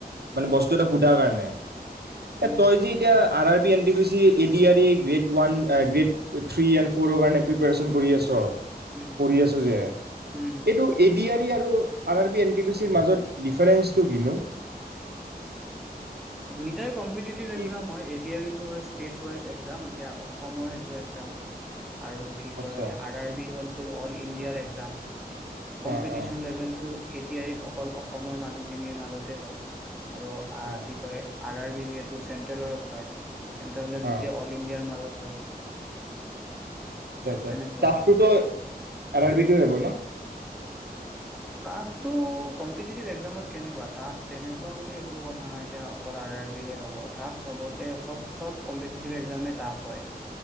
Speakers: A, on the right (about 80°); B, in the centre.
A: মানে, বস্তু
B: অ
A: এটা সোধাৰ কাৰণে। এ,
B: উম
A: তই যে এতিয়া R R B N T P C, A D R E grade one, grade three and ফ'ৰৰ কাৰণে প্ৰি পেৰেচন কৰি আছ
B: উম
A: আও?
B: উম
A: কৰি আছোঁ যে,
B: উম
A: এইটো এ ডি ই আৰু R R B N T P C ৰ মাজত ডিফাৰেঞ্চটো কিনো?
B: দুইটাই কম কম্পিটিটিভ
A: কি
B: এক্সাম হয় এ ডি আৰ ই টো হয় ষ্টেট ৱাইজ এক্সজাম এতিয়া অসমৰ এটো এক্সজাম আৰু কি কয়
A: আচ্ছা
B: আৰ আৰ বি হ'ল তোৰ অল ইণ্ডিয়াৰ এক্সাম কম্পিটিশন
A: অ অ
B: লেভেল টো এ ডি আৰ ইত অকল অসমৰ মানুহখিনিৰ মাজতে হয়। আৰু আ
A: অ
B: কি কয় আৰ আৰ বি যিহেতু চেন্ট্ৰেলৰ হয় সিহঁতৰ হলে
A: অ
B: গোটেই অল ইণ্ডিয়াৰ মাজত হয়
A: আচা আচ্ছা
B: তেনেকুৱা
A: তাছটো
B: আৰু।
A: থকা। কি হব ন
B: টাফটো কম্পিটিটিভ এক্সামত কেনেকোৱা টাফ তেনেকোৱা বুলি একো কথা নাই যে অকল আৰ আৰ বিহে হ'ব টাফ চবতে চব চব কম্পিটিটিভ এক্সামে টাফ হয়